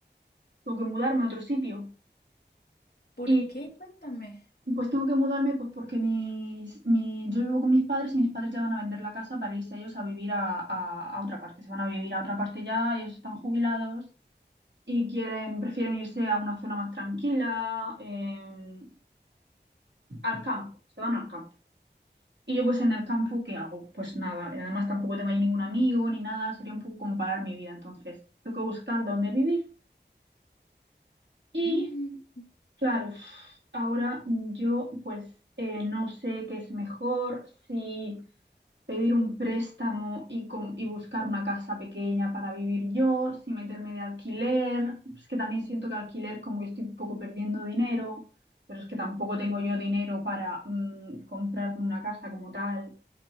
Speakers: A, on the right (about 80°); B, on the left (about 60°).
A: tengo que mudarme a otro sitio
B: ¿Por
A: y
B: qué? Cuéntame.
A: pues tengo que mudarme pues porque mis, mi- yo vivo con mis padres y mis padres ya van a vender la casa para irse ellos a vivir a, a a otra parte, se van a vivir a otra parte ya, ellos están jubilados. y quieren, prefieren irse a una zona más tranquila, eh, al campo, se van al campo. Y yo pues en el campo, ¿qué hago? Pues nada, además tampoco tengo ahí ningún amigo ni nada, sería un poco como parar mi vida, entonces tengo que buscar dónde vivir. Y
B: Mm,
A: claro, ahora yo pues eh, no sé qué es mejor, si pedir un préstamo y, com- y buscar una casa pequeña para vivir yo, si meterme de alquiler. Es que también siento que alquiler como que estoy un poco perdiendo dinero, pero es que tampoco tengo yo dinero para mm, comprarme una casa como tal.